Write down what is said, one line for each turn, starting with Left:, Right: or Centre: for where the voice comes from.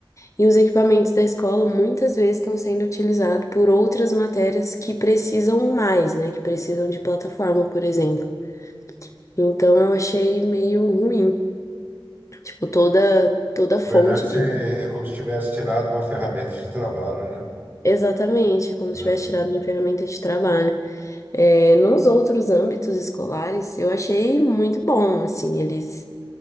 Left: E os equipamentos da escola muitas vezes estão sendo utilizados por outras matérias que precisam mais, né? Que precisam de plataforma, por exemplo. Então eu achei meio ruim. Tipo, toda toda
Right: Na
Left: fonte
Right: verdade, você,
Left: de
Right: é como se tivesse tirado uma ferramenta de trabalho, né?
Left: Exatamente, é como
Right: Né?
Left: se tivesse tirado minha ferramenta de trabalho. É, nos outros âmbitos escolares, eu achei muito bom, assim, eles,